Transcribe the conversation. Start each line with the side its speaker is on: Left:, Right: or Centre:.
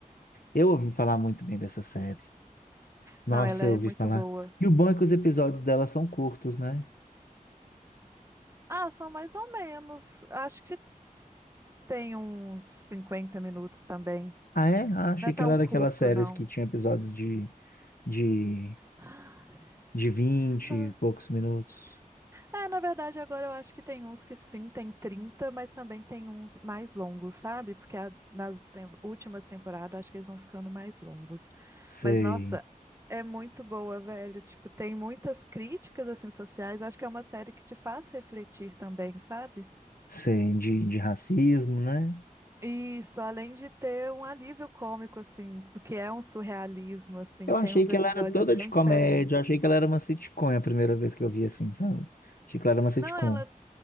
Left: eu ouvi falar muito bem dessa série. Nossa,
Right: Não, ela
Left: eu
Right: é
Left: ouvi
Right: muito
Left: falar.
Right: boa.
Left: E o bom é que os episódios dela são curtos, né?
Right: Ah, são mais ou menos. Acho que tem uns 50 minutos também.
Left: Ah, é? Ah, achei
Right: Não é
Left: que
Right: tão
Left: ela era
Right: curto,
Left: aquelas séries
Right: não.
Left: que tinha episódios de, de,
Right: <gasps>
Left: de 20
Right: Não,
Left: e poucos minutos.
Right: É, na verdade, agora eu acho que tem uns que sim, tem 30, mas também tem uns mais longos, sabe? Porque a- nas tem- últimas temporadas, acho que eles vão ficando mais longos.
Left: Sei,
Right: Mas, nossa, é muito boa, velho. Tipo, tem muitas críticas, assim, sociais. Eu acho que é uma série que te faz refletir também, sabe?
Left: sei, de, de racismo, né?
Right: Isso, além de ter um alívio cômico, assim, porque é um surrealismo, assim,
Left: Eu
Right: tem
Left: achei
Right: uns
Left: que
Right: episódios
Left: ela era toda
Right: bem
Left: de comédia,
Right: diferentes.
Left: eu achei que ela era uma sitcom é a primeira vez que eu vi assim, sabe? Achei que ela era uma sitcom.
Right: Não, ela